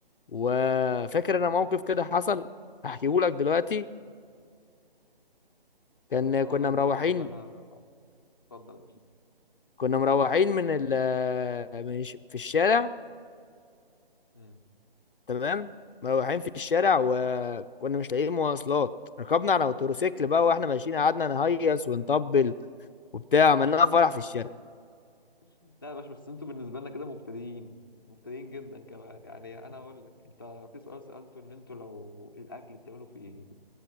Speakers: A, on the left (about 60°); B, on the left (about 25°).
A: وفاكر
B: آه.
A: انا موقف كده حصل هحكيه لك دلوقتي كان
B: انا ممكن اقول
A: كنا
B: لك برضو
A: مروحين
B: قبلها اتفضل يا باشا.
A: كنا مروحين من ال من الش- في الشارع
B: مم.
A: تمام مروحين في الشارع وكنا مش لاقيين مواصلات ركبنا على موتوسيكل بقى واحنا ماشيين قعدنا نهيص ونطبل وبتاع عملنا فرح في الشارع
B: لا يا باشا بس انتوا بالنسبه لنا كده مبتدئين مبتدئين جدا كمان يعني انا اقول لك انت في سؤال سالته ان انتوا لو الاكل بتعملوا في ايه